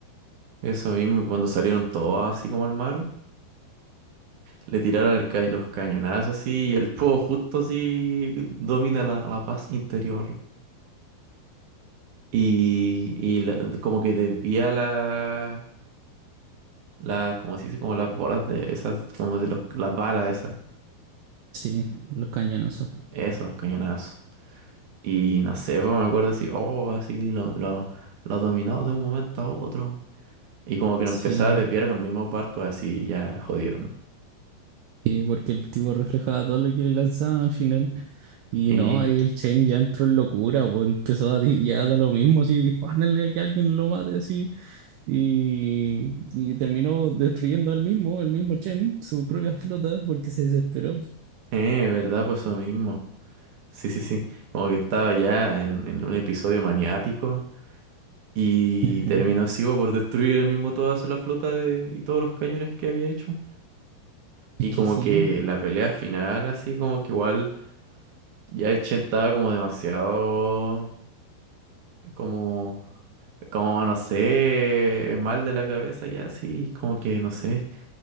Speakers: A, on the right; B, on the right.
A: Eso mismo, y cuando salieron todos así como al mar. Le tiraron el ca- los cañonazos así y el fuego justo así domina la, la paz interior. Y, y la- como que desvía la, la, como se dice, como las bolas de esas, como de los, las balas esas.
B: Sí, los cañonazos.
A: Eso, los cañonazos. Y no sé, pues, me acuerdo así, oh, así lo, lo, lo dominó de un momento a otro. Y como que
B: Sí,
A: lo empezaba a desviar a los mismos barcos, así ya jodieron.
B: Sí, porque el tipo reflejaba todo lo que le lanzaban al final. Y
A: Eh,
B: no, ahí el Chen ya entró en locura, pues empezó a di- ya da lo mismo, así, dispárenle a que alguien lo mate, así. Y, y terminó destruyendo él mismo, el mismo Chen, su propia flota, porque se desesperó.
A: eh, ¿verdad? Pues eso mismo. Sí, sí, sí. Como que estaba ya en, en un episodio maniático. Y
B: Ujú.
A: terminó sivo por destruir el mismo toda la flota de, y todos los cañones que había hecho. Y
B: Es que
A: como
B: sí,
A: que la pelea final, así como que igual ya el Chen estaba como demasiado, como, como no sé, mal de la cabeza ya así, como que no sé.